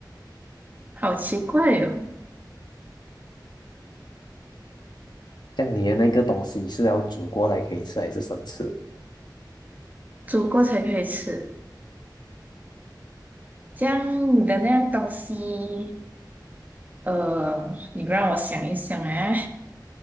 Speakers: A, on the right (about 20°); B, on the left (about 65°).
A: 好奇怪哟、哦，
B: 像你的那个东西是要煮过才可以吃，还是生吃？
A: 煮过才可以吃。这样你的那样东西，呃，你让我想一想啊，